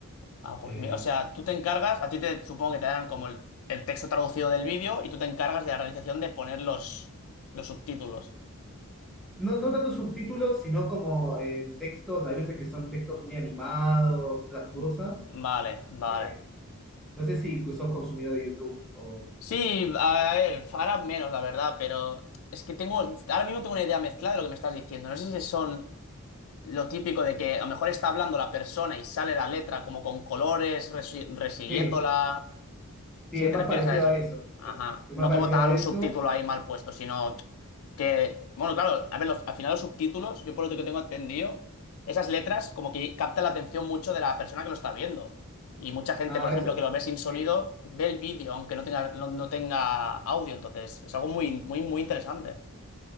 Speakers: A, on the left (about 65°); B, in the centre.
A: Ah, pues
B: Eh,
A: mira, o sea, tú te encargas, a ti te supongo que te darán como el, el texto traducido del vídeo y tú te encargas de la realización de poner los, los subtítulos.
B: no, no tanto subtítulos, sino como en textos, hay veces que son textos muy animados, esas
A: Mm,
B: cosas.
A: Vale, vale.
B: Eh, no sé si sos consumidor de YouTube o...
A: Sí, a, a ver, ahora menos, la verdad, pero es que tengo, ahora mismo tengo una idea mezclada de lo que me estás diciendo. No sé si son Lo típico de que a lo mejor está hablando la persona y sale la letra como con colores, resi- resiguiéndola.
B: Sí,
A: Si
B: sí, es
A: te
B: más
A: refieres
B: parecido
A: a eso.
B: a eso.
A: Ajá.
B: Es
A: No
B: más parecido
A: como tal
B: a
A: un
B: eso.
A: subtítulo ahí mal puesto, sino que. Bueno, claro, a ver, los- al final los subtítulos, yo por lo que tengo entendido, esas letras como que captan la atención mucho de la persona que lo está viendo. Y mucha gente,
B: Ah,
A: por ejemplo,
B: eso.
A: que lo ve sin sonido,
B: Sí.
A: ve el vídeo, aunque no tenga, no, no tenga audio. Entonces, es algo muy, muy, muy interesante.